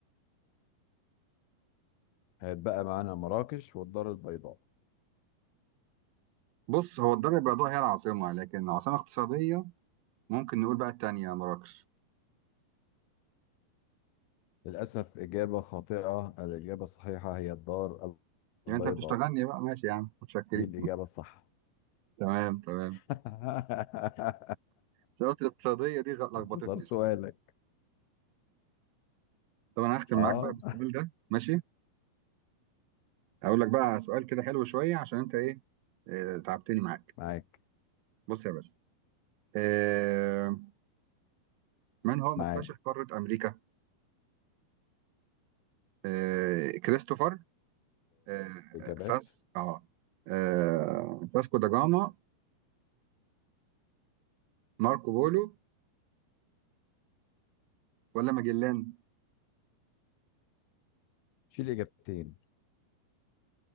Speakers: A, on the left (about 85°); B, on the right (about 80°).
A: هات بقى معانا مراكش والدار البيضاء
B: بص هو الدار البيضاء هي العاصمه لكن عاصمه اقتصاديه ممكن نقول بقى التانيه مراكش
A: للأسف إجابة خاطئة الإجابة الصحيحة هي الدار
B: يعني
A: البيضاء
B: انت بتشتغلني بقى ماشي يا عم متشكرين
A: دي الإجابة الصح
B: تمام تمام
A: <laughs>
B: الشروط الاقتصادية دي غ-
A: انتصار
B: لخبطتني
A: سؤالك
B: شوية طب انا هختم
A: اه
B: معاك بقى بالسؤال ده ماشي اقول لك بقى سؤال كده حلو شوية عشان انت ايه آه، تعبتني معاك
A: <laughs> معاك
B: بص يا باشا آه، من هو مكتشف
A: معاك
B: قارة امريكا آه، كريستوفر آه،
A: الإجابات
B: فاس اه آه، فاسكو دا جاما ماركو بولو ولا ماجلان
A: شيل إجابتين